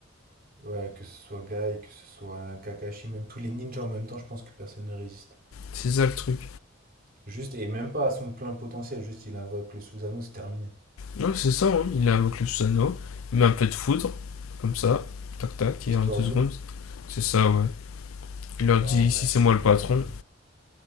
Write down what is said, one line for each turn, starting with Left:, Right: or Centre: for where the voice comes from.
Right: Ouais, que ce soit Guy, que ce soit Kakashi, même tous les ninjas en même temps, je pense que personne ne résiste.
Left: c'est ça le truc.
Right: Juste, et même pas à son plein potentiel, juste il invoque le Susanoo, c'est terminé.
Left: Non, c'est ça, hein. il invoque le Susanoo, il met un peu de foudre, comme ça, tac tac,
Right: Histoire
Left: et en deux
Right: 2.
Left: secondes. C'est ça, ouais. Il leur
Right: En
Left: dit
Right: vrai,
Left: ici
Right: c'est.
Left: c'est moi le patron.